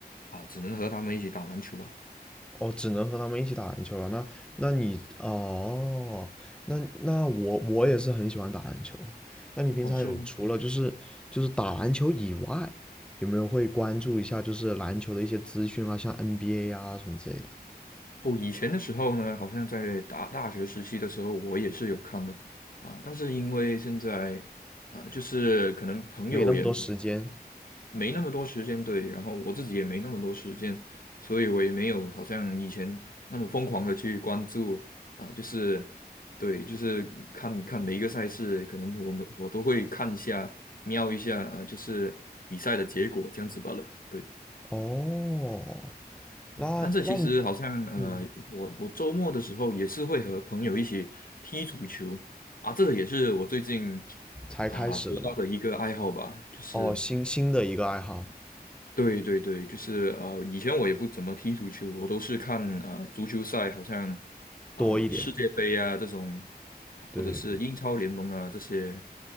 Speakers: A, on the left; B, in the centre.
A: 啊、只能和他们一起打篮球吧。
B: 哦，只能和他们一起打篮球了。那那你哦，那那我我也是很喜欢打篮球啊。那你平常有除了就是就是打篮球以外，
A: 哦，是吗？
B: 有没有会关注一下就是篮球的一些资讯啊，像 NBA 啊什么之类的？
A: 哦，以前的时候呢，好像在大大学时期的时候，我也是有看的啊，但是因为现在啊，就是可能朋友也
B: 没那么多时间。
A: 没那么多时间，对，然后我自己也没那么多时间，所以我也没有好像以前那么疯狂的去关注啊，就是对，就是看看每一个赛事，可能我们我都会看一下，瞄一下，呃，就是比赛的结果这样子罢了，对。
B: 哦，那那你
A: 但是其实好像呃，
B: 嗯，
A: 我我周末的时候也是会和朋友一起踢足球啊，这个也是我最近
B: 才开始的嘛。
A: 啊得到的一个爱好吧，就是
B: 哦，新新的一个爱好
A: 对对对，就是呃，以前我也不怎么踢足球，我都是看呃足球赛，好像
B: 多一点。
A: 啊、世界杯啊这种，
B: 对
A: 或者是英超联盟啊这些